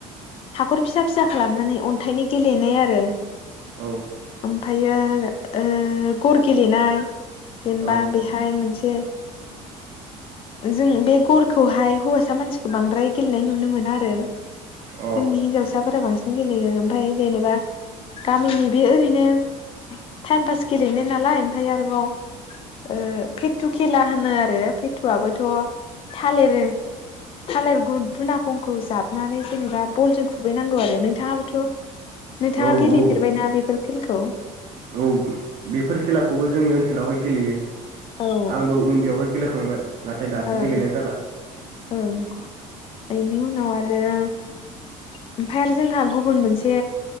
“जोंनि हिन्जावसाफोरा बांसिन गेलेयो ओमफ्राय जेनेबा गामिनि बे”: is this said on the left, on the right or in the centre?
Left